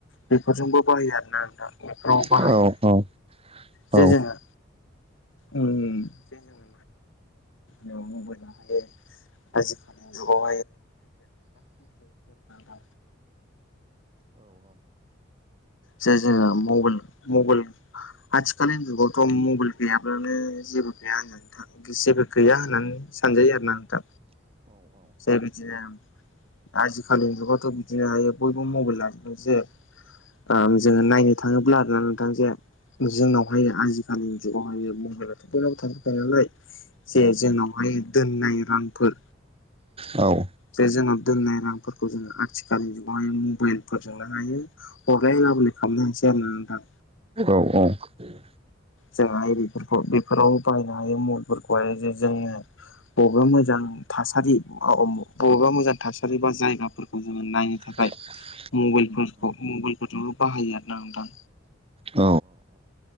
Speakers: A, on the left; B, on the right.
A: बेफोरजोंबो बाहायो आरोना आं दा बेफोराव
B: बाहायनानै
A: बाहायो
B: औ
A: जे जोङो उम उम नो हायो आजिखालि जुग <unintelligible> जे जोङो मबेल मबेल आथिखालनि जुगावथ' मबाइल गैयाब्लानो जेबो गैया होननानै था जेबो गैया होननानै सानजायो आरो ना आं दा जाय बिदिनो आजिखालिनि जुगाथ' बिदिनो हायो बयबो मबाइल लाजोबबो जे ओ जोङो नायनो थाङोब्ला आरोना नोंथां जे जोंनावहाय आजिखालि जुगावहायो महाइलाथ' बयनाबबो थांफेरखायो नालाय जे जोंनावहाय दोननाय रांफोर
B: औ
A: जे जोंनाव दोननाय रांफोरखौ जोङो आथिखालनि जुगावहाय मबाइल फोरजोंनो हायो हरलाय लाबोनाय खालामनो होनसै आरो नोंथां
B: औ औ
A: जोंहा बेफोरखौ बेफोराव बाहायनो हायो मुलफोरखौहाय जे जोङो बबेबा मोजां थासारि बबेबा मोजां थासारि बा जायगाफोरखौ जोङो नायनो थाखाय
B: <inaudible>
A: मबाइलफोरखौ मबाइलफोरजोंबो बाहायो आरो ना नोंथां
B: औ